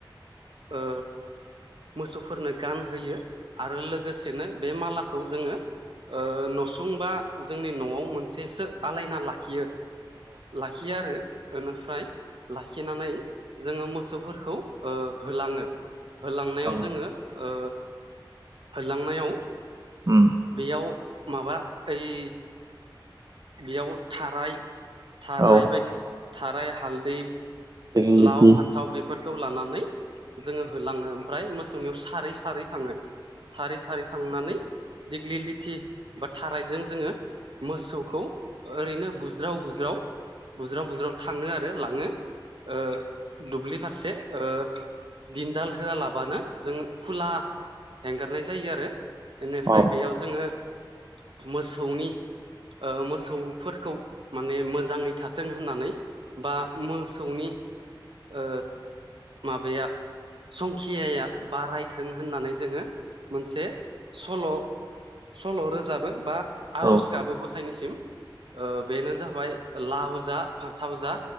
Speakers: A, on the right; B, on the right.
A: ओ मोसौफोरनो गानहोयो आरो लोगोसेनो बे मालाखौ जोङो ओ नसुंबा जोंनि न'आव
B: औ
A: मोनसेसो आलायना लाखियो लाखियो आरो ओनिफ्राय लाखिनानै जोङो मोसौफोरखौ होलाङो होलांनायाव
B: औ
A: जोङो ओ होलांनायाव
B: उम
A: बेयाव माबा ओइ बेयाव थाराय थाराय
B: औ
A: बायदिसि थाराय हालदै
B: दिग्लिलिथि
A: लाव फान्थाव बेफोरखौ लानानै जोङो होलाङो ओमफ्राय मोस सौनियाव सारै सारै थाङो सारै सारै थांनानै दिग्लि लिथि बा थारायजों जोङो मोसौ खौ ओरैनो बुज्राव बुज्राव बुज्राव बुज्राव थाङो आरो लाङो ओ दुब्लि फारसे ओ दिनदाल होआलाबानो जों खुला एंगारनाय जायो आरो एनिफ्राय
B: औ
A: बेयाव जोङो मोसौनि ओ मोसौफोरखौ माने मोजाङै थाथों होननानै बा मोसौनि ओ माबाया संखियाया बारायथों होननानै जोङो मोनसे सल' सल' रोजाबो बा आर'ज
B: औ
A: गाबो गसा साइनिसिम ओ बेनो जाबाय लाव जा फान्थाव जा